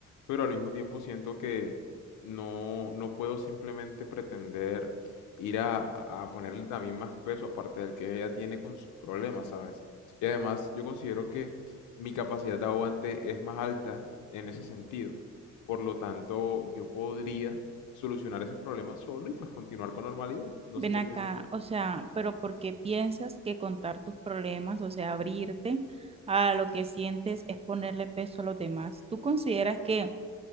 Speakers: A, on the left; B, on the right.
A: pero al mismo tiempo siento que no, no puedo simplemente pretender ir a, a ponerle también más peso aparte del que ella tiene con sus problemas, ¿sabes? Y además, yo considero que mi capacidad de aguante es más alta en ese sentido. Por lo tanto, yo podría solucionar esos problemas solo y pues continuar con normalidad. No
B: Ven
A: sé qué
B: acá,
A: piensas tú.
B: o sea, pero ¿por qué piensas que contar tus problemas, o sea, abrirte a lo que sientes es ponerle peso a los demás? ¿Tú consideras que